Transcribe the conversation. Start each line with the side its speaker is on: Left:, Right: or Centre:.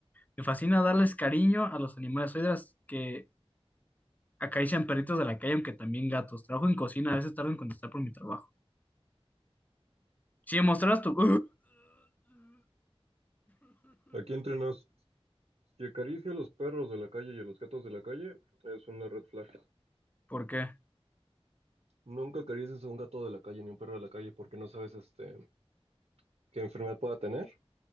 Left: Me fascina darles cariño a los animales. Soy de las que acarician perritos de la calle, aunque también gatos. Trabajo en cocina, a veces tardo en contestar por mi trabajo. Si me mostraras tu... <laughs>
Right: aquí entrenas. Si acaricia a los perros de la calle y a los gatos de la calle, es una red flag.
Left: ¿Por qué?
Right: Nunca acaricies a un gato de la calle ni un perro de la calle porque no sabes este qué enfermedad pueda tener.